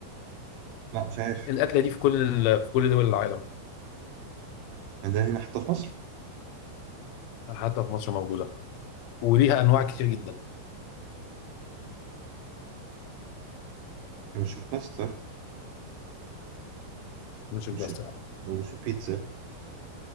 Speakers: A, on the right (about 75°); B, on the left (about 75°).
A: لا مش عارف
B: الاكله دي في كل ال... في كل دول العالم
A: يعني ده هنا حتى في مصر
B: حتى في مصر موجوده وليها انواع كتير جدا
A: مش الباستا
B: مش الباستا
A: مش ال... هو مش البيتزا